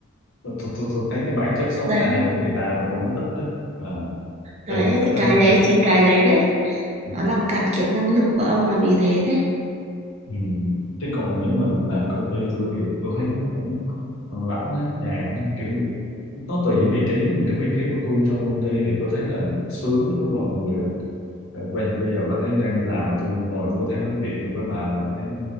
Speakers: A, on the left; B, on the right.
A: tôi, tôi, tôi, tôi thấy cái bản chất xấu
B: Đấy,
A: xa của người ta tôi không có thích đấy à,
B: đấy
A: cho nên cảm
B: thì
A: thấy
B: cái
A: mệt
B: đấy chính cái đấy đấy,
A: ừ.
B: nó làm cạn kiệt năng lượng của ông là vì thế đấy.
A: Ừ. chứ còn nếu mình làm công ty tôi thì tôi thấy nó cũng lãnh đấy nhàn đấy kiểu nó tùy những vị trí nhưng mà cái vị trí của tôi trong công ty thì tôi thấy là sướng đối với mọi người rồi. Ờ, bây, bây giờ bà thấy đang đi làm mà tôi ngồi tôi có thể nói chuyện được với bà là thấy